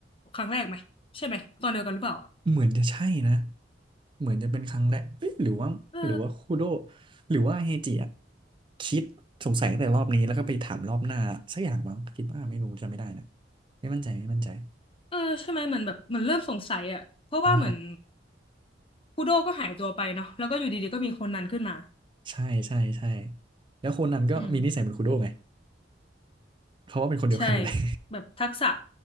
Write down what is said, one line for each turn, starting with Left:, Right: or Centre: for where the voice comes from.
Left: ครั้งแรกไหมใช่ไหมตอนเดียวกันหรือเปล่าอ่ะ
Right: เหมือนจะใช่นะ เหมือนจะเป็นครั้งแรกเอะหรือว่าหรือว่าคูโด
Left: เออ
Right: หรือว่าเฮจิอะคิดสงสัยตั้งแต่รอบนี้แล้วก็ไปถามรอบหน้าสักอย่างบ้างคิดว่าไม่รู้จำไม่ได้นะไม่มั่นใจไม่มั่นใจ
Left: เออใช่ไหมเหมือนแบบเหมือนเริ่มสงสัยอ่ะเพราะว่าเหมือน
Right: อ่า
Left: คุโร่ก็หายตัวไปเนาะแล้วก็อยู่ดีๆก็มีโคนันขึ้นมา
Right: ใช่ใช่ใช่แล้วโคนนั้นก็มีนิสัยเหมือนคูโดไง
Left: อืม
Right: เพราะว่าเป็นคนเดียวกันเลย
Left: ใช่แบบทักษะ